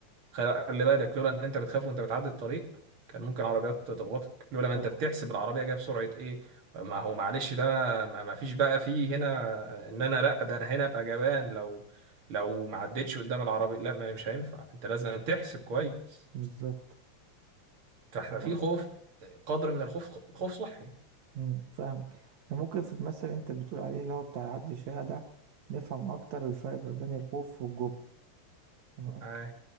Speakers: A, on the right; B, on the right.
A: خلي بالك لولا ان انت بتخاف وانت بتعدي الطريق كان ممكن عربيات تخبطك لولا ما
B: طبعا
A: انت بتحسب العربيه جايه بسرعه ايه ما هو معلش ده ما, ما فيش بقى فيه هنا ان انا لا ده انا هنا ابقى جبان لو لو ما عدتش قدام العربيه لا ما مش هينفع انت لازم تحسب كويس
B: بالظبط
A: فاحنا
B: يعني
A: في خوف قدر من الخوف خوف صحي
B: مم. فاهمك يعني ممكن في المثل اللي انت بتقول عليه اللي هو بتاع عدي الشارع ده نفهم اكتر الفرق ما بين الخوف والجبن تمام
A: آه.